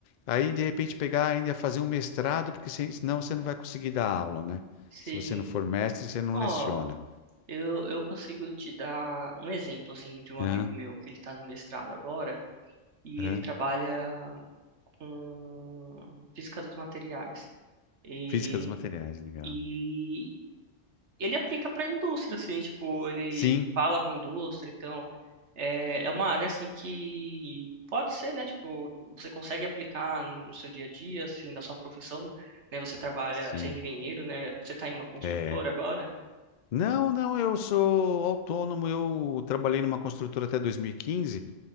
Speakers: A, on the left; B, on the right.
A: Aí, de repente, pegar ainda fazer um mestrado, porque se- senão você não vai conseguir dar aula, né?
B: sim.
A: Se você não for mestre, você não
B: Ó,
A: leciona.
B: eu, eu consigo te dar um exemplo, assim, de um
A: Hã?
B: amigo meu que ele tá no mestrado agora e
A: Hã?
B: ele trabalha com física dos materiais. E,
A: Física dos materiais, legal.
B: e ele aplica pra indústria, assim, tipo, ele
A: Sim,
B: fala com indústria, então... É, é uma área assim que pode ser, né? Tipo, você consegue aplicar no, no seu dia a dia, assim, na sua profissão, né? Você trabalha,
A: sim.
B: você é engenheiro, né? Você tá em uma construtora
A: é.
B: agora?
A: Não, não, eu sou autônomo, eu trabalhei numa construtora até 2015.